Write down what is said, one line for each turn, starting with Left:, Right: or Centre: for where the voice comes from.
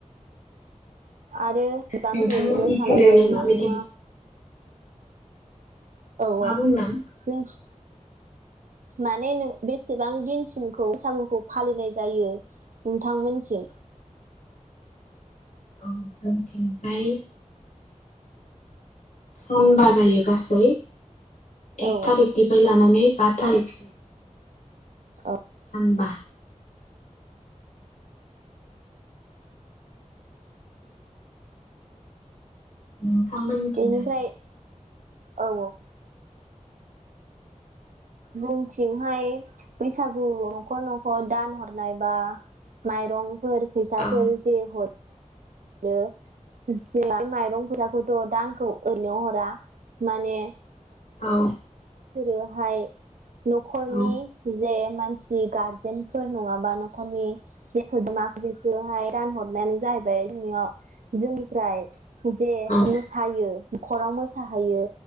Right: आरो <inaudible>
Left: नोंथांमोननिथिंजायलाय
Right: मोसानाय जायो
Left: माबायदि
Right: नोंथाङा औ
Left: मा
Right: औ
Left: बुंदों
Right: जों माने नों बेसेबां दिनसिमखौ बैसागुखौ फालिनाय जायो नोंथांमोननिथिं
Left: औ जोंथिंजाय सानबा जायो गासै। एक
Right: औ
Left: थारिकनिफ्राय लानानै बा थारिखसिम
Right: औ
Left: सानबा <inaudible> नोथांमोननिथिंलाय
Right: बेनिफ्राय औ औ। जोंथिंहाय बैसागु न'खर न'खर दान हरनाय बा माइरं फोर फैसाफोर
Left: औ
Right: जेरै हर ओ <inaudible> गोदो दानखौ ओरैनो हरा माने
Left: औ।
Right: सोरोहाय न'खरनि
Left: औ
Right: जे मानसि गारजेनफोर नङाबा <inaudible> रां हरनायानो जाहैबाय <unintelligible> जोंनिफ्राय जे
Left: औ
Right: मोसायो न'खराव मोसाहैयो